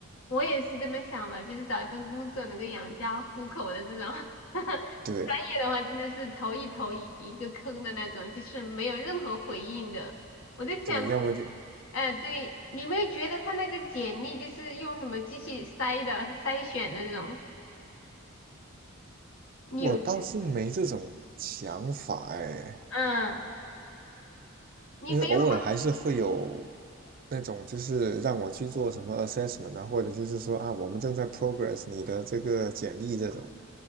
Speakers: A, on the left; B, on the right.
A: 我也是这么想的，就是找一份工作能够养家糊口的这种。<laughs>
B: 对
A: 的话真的是投一投一一个坑的那种，就是没有任何回应的。我在想，
B: 对，要么就
A: 哎、对，你没有觉得他那个简历就是用什么机器筛的、筛选的那种？你有，
B: 我倒是没这种想法哎。
A: 嗯，你没有
B: 因为偶尔还是会有那种，就是让我去做什么 assessment 啊，或者就是说啊，我们正在 progress 你的这个简历这种，